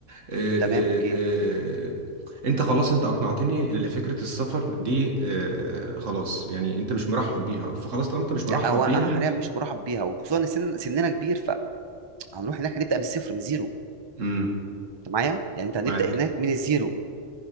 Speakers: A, on the right; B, on the right.
A: آه،
B: تمام
A: آه،
B: اوكي
A: آه، انت خلاص انت اقنعتني لفكره السفر دي آه، خلاص يعني انت مش مرحب بيها فخلاص طالما انت مش
B: لا
A: مرحب
B: هو
A: بيها
B: انا حاليا مش مرحب بيها وخصوصا ان سن سننا كبير فهنروح هناك هنبدا من الصفر من زيرو
A: امم
B: انت معايا يعني انت هنبدا
A: معاك
B: هناك من الزيرو